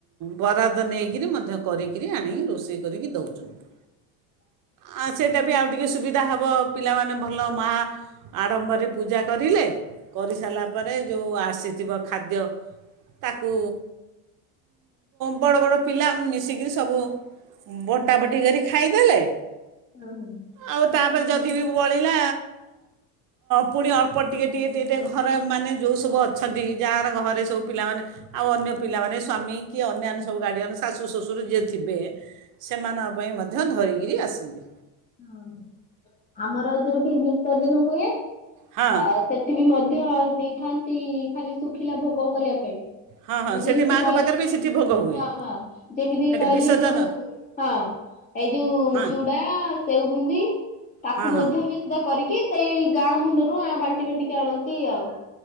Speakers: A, on the right (about 40°); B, on the left (about 20°).
A: ବରାଦ ନେଇ କିରି ମଧ୍ୟ କରିକ ଆଣି ରୋଷେଇ କରିକି ଦଉଛନ୍ତି। ଆ ସେଇଟା ବି ଆଉ ଟିକଏ ସୁବିଧା ହେବ ପିଲାମାନେ ଭଲ ମା ଆଡ଼ମ୍ବରେ ପୂଜା କରିଲେ କରିସାରିଲା ପରେ ଯୋଉ ଆସ୍ ଆସିଥିବା ଖାଦ୍ୟ ତାକୁ ବଡ଼ ବଡ଼ ପିଲା ମିଶିକିରି ସବୁ ବଡ଼ା ବଡ଼ି କରିି ଖାଇଦେଲେ।
B: ହୁଁ ହୁଁ।
A: ଆଉ ତା'ପରେ ଯଦି ବି ବଳିଲା ପୁଣି ଅଳ୍ପ, ଟିକେ ଟିକେ ଟିକେ ଟିକେ ଘରେ ମାନେ ଯୋଉ ସବୁ ଅଛନ୍ତି। ଯାହାର ଘରେ ସବୁ ପିଲାମାନେ ଆଉ ଅନ୍ୟ ପିଲାମାନେ ସ୍ବାମୀ କି ଅନ୍ୟାନ୍ୟ ସବୁ ଗାଡିଅନ୍ ଶାଶୁ ଶ୍ୱଶୁର ଯିଏଥିବେ ସେମାନଙ୍କ ପାଇଁ ମ ମଧ୍ୟ ଧରିକିରି ଆସନ୍ତି।
B: ଓହୋ ଆମର ଯୋଉଠି ବିସର୍ଜନ ହୁଏ
A: ହଁ
B: ଆ ସେଠି ବି ମଧ୍ୟ ଆଉ ନେଇ ଥାନ୍ତି ଖାଲି ଶୁଖିଲା ଭୋଗ କରିବା ପାଇଁ। ଏଇ
A: ହଁ ହଁ ସେଠି
B: ଯେମିତି
A: ମାଆଙ୍କ
B: କହିଲି
A: ପାଖରେ ବି ସେଠି ଭୋଗ ହୁଏ
B: ହଁ ହଁ ଯେମିତି
A: ସେଠି
B: କହିଲି
A: ବିସର୍ଜନ
B: ଯୋଉ ହଁ ଏଇ ଯୋଉ
A: ହଁ
B: ଚୁଡା ସେଉ ବୁନ୍ଦୀ ତାକୁ
A: ହଁ
B: ମଧ୍ୟ
A: ହଁ
B: ବି ସୁଧା କରିକି ସେଇ ଗାଁ ମୁଣ୍ଡରୁ ଆଁ ବାଣ୍ଟି ବାଣ୍ଟିକି ଆଣନ୍ତି ଆଉ।